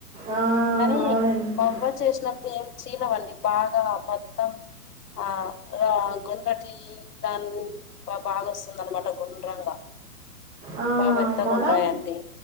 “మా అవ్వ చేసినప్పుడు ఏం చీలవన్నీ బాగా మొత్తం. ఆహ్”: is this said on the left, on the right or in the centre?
Left